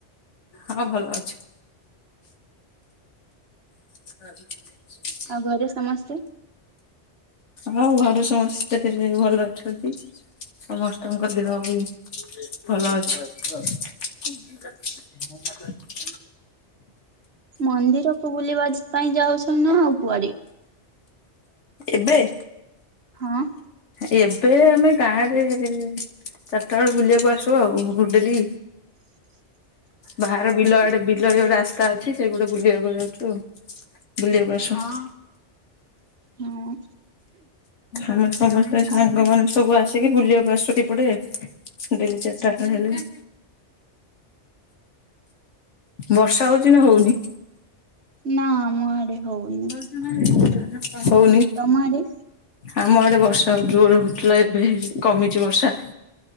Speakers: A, on the left (about 80°); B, on the right (about 65°).
A: ହଁ ଭଲ ଅଛି। <inaudible>
B: ଆଉ ଘରେ ସମସ୍ତେ?
A: ହଁ ଘରେ ସମସ୍ତେ ଭଲ ଅଛନ୍ତି। ସମସ୍ତଙ୍କ ଦେହ ବି ଭ ଭଲ ଅଛନ୍ତି।
B: ମନ୍ଦିରକୁ ବୁଲିବା ପାଇଁ ଯାଉଛନି ନା ଆଉ କୁଆଡେ?
A: ଏବେ?
B: ହଁ।
A: ଏବେ ଆମେ ଗାଁ ଆଡେ ଚାରଟା ଏଳୁ ବୁଲିବାକୁ ଆସୁ ଆଉ ଗୁ ଡେଲୀ।
B: <inaudible>
A: ଭାହାର ବିଲ
B: ହଁ।
A: ଆଡେ ବି। ବିଲ ଯୋଉ ରାସ୍ତା ଅଛି ସେ ପଟେ ବୁଲିବାକୁ ଯାଉଚୁ ଆଉ। ବୁଲିବାକୁ ଆସୁ ହଁ।
B: ହଁ।
A: ଆମ ସମସ୍ତେ ସାଙ୍ଗମାନେ
B: ଆଉ
A: ସବୁ ଆସିକି ବୁଲିବାକୁ ଆସୁୁ ଏପଟେ। ଡେଲି ଚାରଟା ଏଳ ହେଲେ। ବର୍ଷା ହୋଉଚି ନା ହୋଉନି?
B: ନା ଆମ ଆଡେ ହୋଉନି।
A: ନାଁ ନାଁ ହୋଉନି?
B: ତମ ଆଡ଼େ?
A: ଆମ ଆଡେ ବର୍ଷା ଜୋରେ ହୋଉଥିଲା ଏବେ କମିଚି ବର୍ଷା।